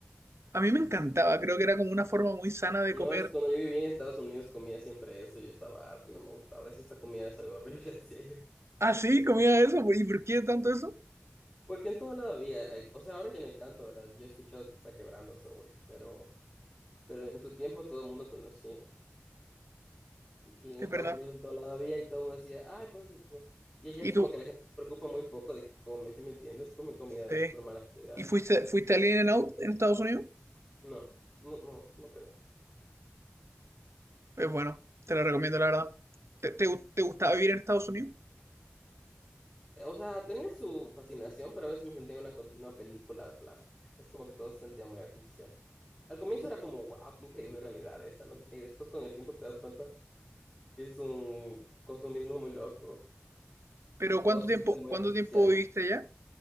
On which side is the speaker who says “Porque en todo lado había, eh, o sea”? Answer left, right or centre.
Left